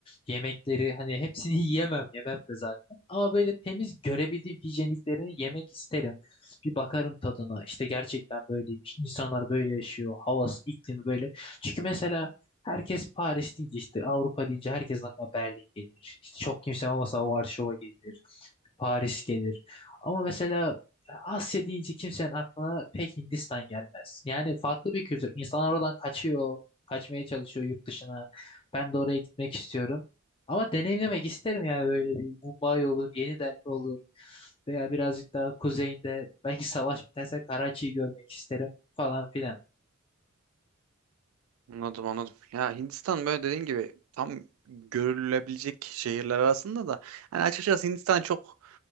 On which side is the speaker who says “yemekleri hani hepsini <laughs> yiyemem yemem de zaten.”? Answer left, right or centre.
Left